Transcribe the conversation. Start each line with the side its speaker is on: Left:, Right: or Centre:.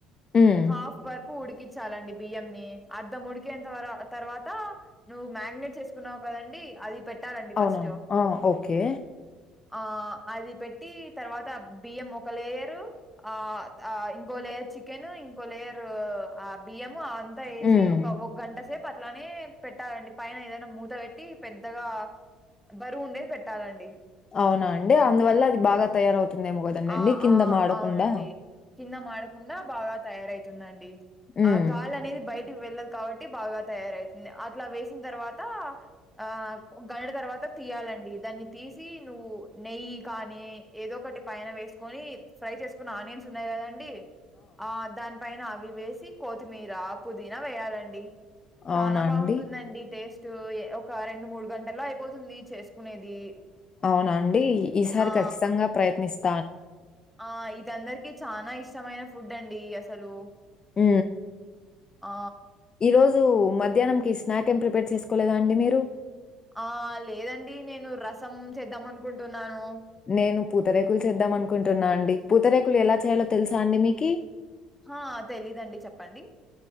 Left: హ్మ్.
Centre: హాఫ్ వరకు ఉడికించాలండి బియ్యం ని అర్ధం ఉడికేంత వర తర్వాత నువ్వు మ్యాగినేట్ చేసు కున్నావు కదండి అది పెట్టాలండి
Left: అవునవును.
Centre: ఫస్ట్
Left: ఆ! ఓకే.
Centre: ఆ అది పెట్టి తర్వాత బియ్యం ఒక లేయరు ఆ ఇంకో లేయర్ చికెన్ ఇంకో లేరు ఆ బియ్యము అ అంతా వేసి
Left: హ్మ్.
Centre: ఒక ఒక గంట సేపు పట్లనే పెట్టారండి పైన ఏదైనా మూతగట్టి పెద్దగా బరువు ఉండేది పెట్టాలండి
Left: అవునా అండి అందువల్ల అది బాగా తయారవుతుంది ఏమో కదండండి
Centre: ఆ
Left: కింద
Centre: ఆ
Left: ఆడకుండా
Centre: అవునండి కింద మాడకుండా బాగా తయారవుతుందండి
Left: హ్మ్.
Centre: ఆ గాలి అనేది బయట వెళ్ళదు కాబట్టి బాగా తయారవుతుంది అట్లా వేసిన తర్వాత ఆ గంట తర్వాత తీయాలండి దాన్ని తీసి నువ్వు నెయ్యి కానీ ఏదో ఒకటి పైన వేసుకొని ఫ్రై చేసుకుని ఆనియన్స్ ఉన్నాయి కదండి ఆ దాని పైన అవి వేసి కొతిమీర పుదీనా వేయాలండి చాలా
Left: అవునా
Centre: బాగుంటుందండి
Left: అండి?
Centre: టేస్ట్ ఒక రెండు మూడు గంటల్లో అయిపోతుంది చేసుకునేది
Left: అవునా అండి ఈసారి
Centre: ఆ
Left: ఖచ్చితంగా ప్రయత్నిస్త
Centre: ఆ ఇదందరికి చనాా ఇష్టమైన ఫుడ్ అండి అసలు
Left: ఆ
Centre: ఆ
Left: ఈ రోజు మధ్యాహ్నంకి స్నాక్ ఏమి ప్రిపేర్ చేసుకోలేదా అండి మీరు
Centre: ఆ లేదండి నేను రసం చేద్దాం అనుకుంటున్నాను
Left: నేను పూతరేకులు చేద్దాం అనుకుంటున్నా అండి పూతరేకులు ఎలా చేయాలో తెలుసా అండి మీకి
Centre: ఆ తెలీదండి చెప్పండి